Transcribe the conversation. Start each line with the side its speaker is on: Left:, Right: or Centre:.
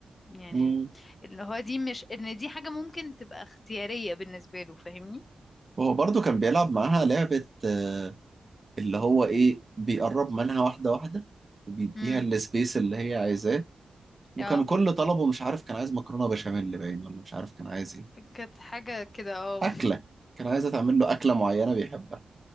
Left: يعني
Right: مم.
Left: ان هو دي مش ان دي حاجة ممكن تبقى اختيارية بالنسبة له فاهمني
Right: وهو برضه كان بيلعب معاها لعبة آه اللي هو ايه بيقرب منها واحدة واحدة وبيديها
Left: امم
Right: السبيس اللي هي عايزاه وكان
Left: اه
Right: كل طلبه مش عارف كان عايز مكرونه بشاميل باين ولا مش عارف كان عايز ايه
Left: كانت حاجة كده اه
Right: اكله كان عايزه تعمل له اكله معينه بيحبها